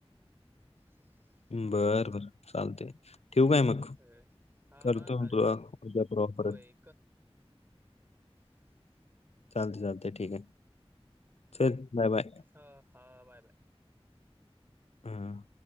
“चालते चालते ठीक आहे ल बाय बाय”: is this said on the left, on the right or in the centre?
Left